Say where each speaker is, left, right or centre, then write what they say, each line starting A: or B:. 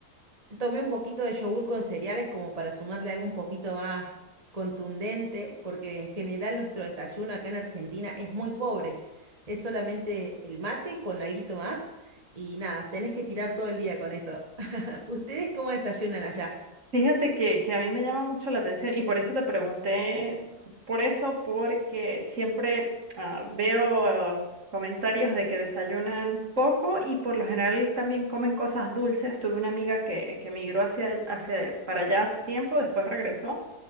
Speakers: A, on the right (about 25°); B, on the right (about 50°).
A: tomé un poquito de yogur con cereales como para sumarle algo un poquito más contundente, porque en general nuestro desayuno acá en Argentina es muy pobre, es solamente el mate con alguito más y nada, tenés que tirar todo el día con eso. <laughs> ¿Ustedes cómo desayunan allá?
B: Fíjate que, que a mí me llama mucho la atención y por eso te pregunté, por eso, porque siempre ah, veo comentarios de que desayunan poco y por lo general también comen cosas dulces. Tuve una amiga que, que migró hacia, hacia, para allá hace tiempo, después regresó.